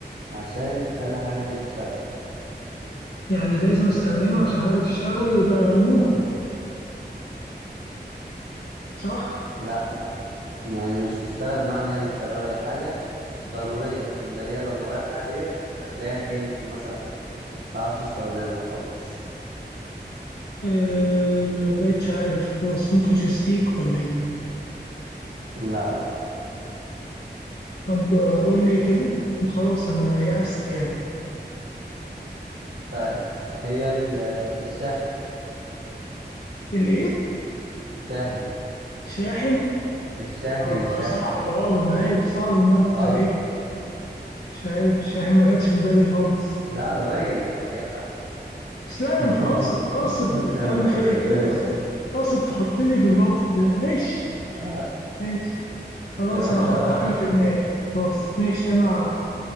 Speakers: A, on the right; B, on the left.
A: عشان تخلي حاجة تانية تشتغل
B: يعني لازم أستخدمها عشان حاجة تشتغل يبقى ريموت
A: تمام
B: صح؟
A: لا لا يعني مش تشتغل مع ان هي بتشغل هي حاجة ضرورية عشان ده هي لو من غير حاجة ديت هتلاقيها ايه ممكن مثلا متعرفش تستخدمها خالص
B: أه ما بقتش عارف خلاص ممكن جيستيك ولا إيه؟
A: لا لا
B: طب آه، قول لي كده خلاص أنا يأست يعني
A: طيب <laughs> هي ال- الشاحن
B: الإيه؟
A: شاحن
B: شاحن؟
A: الشاحن
B: آه،
A: الشاحن
B: صعب أه ما أنا عارف صعب إن أنا كنت
A: اه
B: أجيب مش عارف الشاحن ما جاتش في بالي خالص
A: لا قريب يعني يا
B: بس لا
A: <laughs>
B: انت قاصد قاصد
A: يا نهار
B: تعمل فيا
A: أبيض.
B: كده
A: ماشي
B: قاصد تحطني في الموقف ده ماشي
A: اه
B: ماشي خلاص
A: يا باشا
B: انا هحط
A: آه.
B: حاجة في دماغي خلاص
A: <laughs>
B: ماشي انا